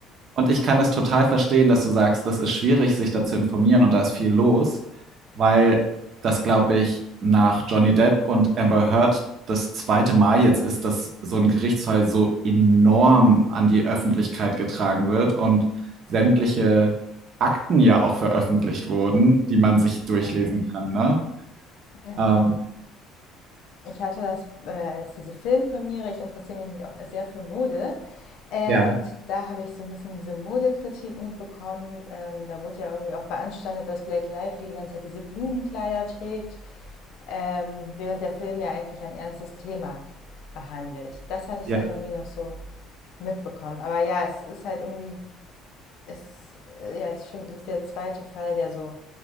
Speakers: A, on the right; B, on the left.
A: Und ich kann das total verstehen, dass du sagst, das ist schwierig, sich da zu informieren und da ist viel los, weil das, glaube ich, nach Johnny Depp und Amber Heard das zweite Mal jetzt ist, dass so ein Gerichtsfall so enorm an die Öffentlichkeit getragen wird und sämtliche Akten ja auch veröffentlicht wurden, die man sich durchlesen
B: Ja,
A: kann, ne?
B: also
A: Ähm,
B: Ich hatte das äh, als diese Filmpremiere, ich interessiere mich nämlich auch sehr für Mode. Äh,
A: ja,
B: und da habe ich so ein bisschen diese Modekritik mitbekommen. Ähm, da wurde ja irgendwie auch beanstandet, dass Blake Lively die ganze Zeit diese Blumenkleider trägt, ähm, während der Film ja eigentlich ein ernstes Thema behandelt. Das hatte ich
A: ja,
B: dann irgendwie noch so mitbekommen. Aber ja, es ist halt irgendwie, es, äh, ja, es stimmt, es ist der zweite Fall, der so